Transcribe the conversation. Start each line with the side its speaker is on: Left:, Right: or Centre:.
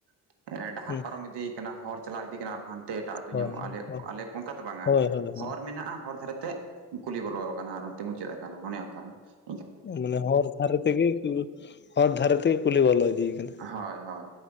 Right: <inaudible> ᱰᱟᱦᱟᱨ
Left: ᱦᱩᱸ
Right: ᱯᱟᱨᱚᱢ
Left: ᱦᱩᱸ
Right: ᱤᱫᱤ ᱠᱟᱱᱟ ᱦᱚᱨ ᱪᱟᱞᱟᱣ ᱤᱫᱤ ᱠᱟᱱᱟ ᱟᱨ ᱦᱟᱱ ᱛᱮ ᱮᱴᱟᱜ ᱟᱹᱛᱩ
Left: ᱦᱳᱭ
Right: ᱧᱟᱢᱚᱜ-ᱟ
Left: ᱦᱳᱭ
Right: ᱟᱞᱮ ᱟᱞᱮ ᱚᱱᱠᱟ ᱫᱚ ᱵᱟᱝᱟ
Left: ᱦᱳᱭ ᱦᱳᱭ ᱦᱳᱭ
Right: ᱦᱚᱨ ᱢᱮᱱᱟᱜ-ᱟ ᱦᱚᱨ ᱫᱷᱟᱨᱮ ᱛᱮ ᱠᱩᱞᱦᱤ ᱵᱚᱞᱚ ᱟᱠᱟᱱᱟ ᱟᱨ ᱚᱱᱛᱮ ᱢᱩᱪᱟᱹᱫ ᱟᱠᱟᱱᱟ ᱚᱱᱮ ᱚᱱᱠᱟ ᱾
Left: ᱢᱟᱱᱮ ᱦᱚᱨ ᱫᱷᱟᱨᱮ ᱛᱮᱜᱮ ᱦᱚᱨ ᱫᱷᱟᱨᱮ ᱛᱮᱜᱮ ᱠᱩᱞᱦᱤ ᱵᱚᱞᱚ ᱤᱫᱤ ᱟᱠᱟᱱᱟ ᱾
Right: ᱦᱳᱭ ᱦᱳᱭ